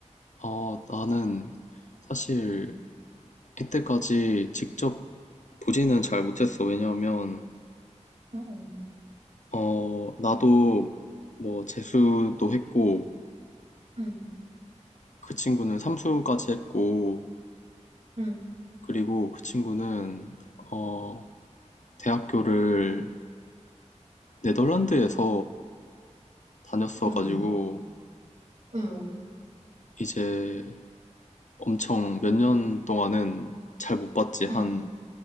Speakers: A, on the left; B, on the right.
A: 아, 나는 사실
B: 응,
A: 이때까지 직접 보지는 잘 못했어.
B: 응,
A: 왜냐하면,
B: 응,
A: 어, 나도 뭐 재수도 했고,
B: 응,
A: 그 친구는 삼수까지 했고,
B: 응,
A: 그리고 그 친구는, 어, 대학교를 네덜란드에서 다녔어가지고,
B: 응, 응,
A: 이제 엄청 몇 년 동안은 잘 못 봤지. 한
B: 응,